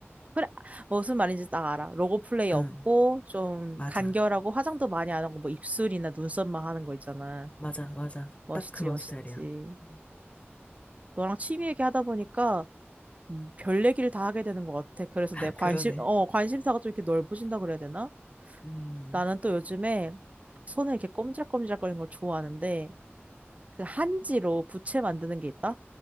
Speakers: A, on the right; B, on the left.
A: 그래, 무슨 말인지 딱 알아. 로고 플레이 없고,
B: 응,
A: 좀
B: 맞아,
A: 간결하고, 화장도 많이 안 하고, 뭐 입술이나 눈썹만 하는 거 있잖아.
B: 맞아, 맞아.
A: 멋있지,
B: 딱 그런
A: 멋있지.
B: 스타일이야. 음.
A: 너랑 취미 얘기하다 보니까 음, 별 얘기를 다 하게 되는 것 같아. 그래서
B: <laughs>
A: 내 관심,
B: 그러네.
A: 어, 관심사가 좀 이렇게 넓어진다 그래야 되나?
B: 음,
A: 나는 또 요즘에 손을 이렇게 꼼지락꼼지락거리는 걸 좋아하는데, 그 한지로 부채 만드는 게 있다?